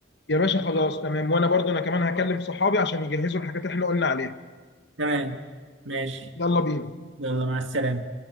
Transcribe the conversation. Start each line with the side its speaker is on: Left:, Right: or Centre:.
Left: يا باشا خلاص تمام وانا برضو انا كمان هكلم صحابي عشان يجهزوا الحاجات اللي احنا قلنا عليها
Right: تمام ماشي
Left: يلا بينا
Right: يلا مع السلامه